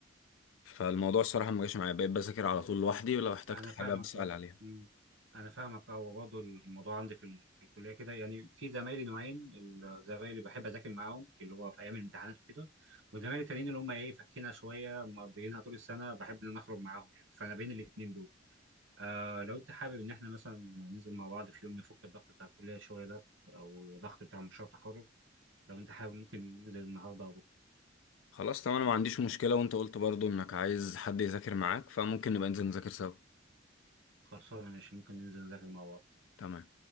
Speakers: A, on the left; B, on the right.
A: فالموضوع الصراحة ما جاش معايا بقيت بذاكر على طول لوحدي ولو احتجت
B: انا
A: حاجة
B: فاهمك
A: بسأل
B: اه
A: عليها
B: أمم. انا فاهمك اه وبرضه الموضوع عندي في ال... في الكليه كده يعني في زمايلي نوعين الزمايل اللي بحب اذاكر معاهم اللي هو في ايام الامتحانات وكده وزمايلي التانيين اللي هم ايه فكينا شويه مقضيينها طول السنه بحب ان انا اخرج معاهم يعني فانا بين الاثنين دول آه لو انت حابب ان احنا مثلا ننزل مع بعض في يوم نفك الضغط بتاع الكليه شويه ده او الضغط بتاع مشروع التخرج لو انت حابب ممكن ننزل النهارده او بكرة.
A: خلاص تمام انا ما عنديش مشكلة وانت قلت برضو انك عايز حد يذاكر معاك فممكن نبقى ننزل نذاكر سوا
B: خلصانه ماشي ممكن ننزل نذاكر مع بعض
A: تمام